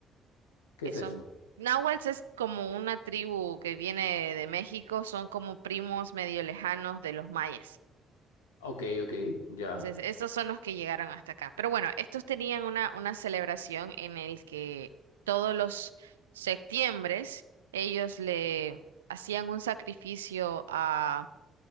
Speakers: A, on the left; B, on the right.
A: ¿Qué
B: que
A: es
B: son...
A: eso?
B: Náhuatls es como una tribu que viene de México, son como primos medio lejanos de los mayas.
A: Ok, ok, ya,
B: Entonces, estos son los que llegaron hasta acá. Pero bueno, estos tenían una, una celebración en el que todos los septiembres ellos le hacían un sacrificio a